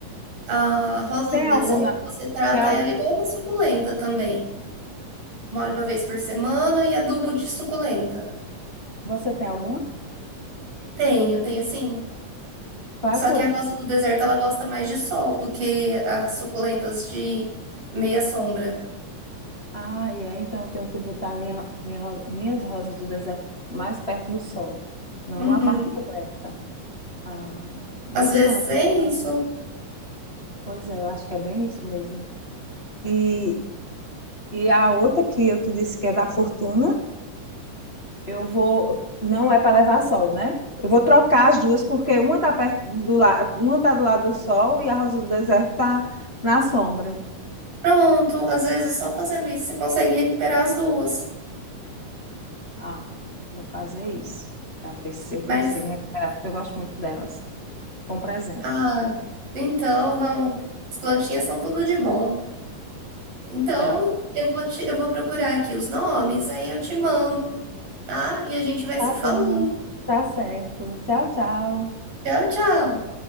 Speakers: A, on the right (about 85°); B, on the left (about 25°).
A: A rosa
B: tem
A: do deserto,
B: alguma
A: você trata
B: tem al-
A: ela igual uma suculenta também. Molha uma vez por semana e adubo de suculenta.
B: você tem alguma?
A: Tenho, tenho sim.
B: Qual
A: Só
B: é a cor?
A: que a rosa do deserto, ela gosta mais de sol do que as suculentas de meia sombra.
B: Ah, é, então eu tenho que botar minha, minha ro- minhas rosas do deserto mais perto do sol, não
A: Uhum.
B: na parte coberta. Ah, muito
A: Às vezes
B: bom essa
A: é
B: informação.
A: isso.
B: Pois é, eu acho que é bem isso mesmo. E, e a outra que eu te disse que é da fortuna Eu vou. Não é para levar sol, né? Eu vou trocar as duas, porque uma tá perto do lado, uma tá do lado do sol e a rosa do deserto tá na sombra.
A: Pronto, às vezes só fazendo isso você consegue recuperar as duas.
B: Ah, vou fazer isso para ver se eu
A: Mas,
B: consigo recuperar, porque eu gosto muito delas. Foi um presente.
A: ah, então não. As plantinhas são tudo de bom. Então,
B: Então,
A: eu vou te, eu vou procurar aqui os nomes, aí eu te mando, tá? E a gente vai se
B: tá
A: falando.
B: bom. Tá certo. Tchau, tchau.
A: Tchau, tchau.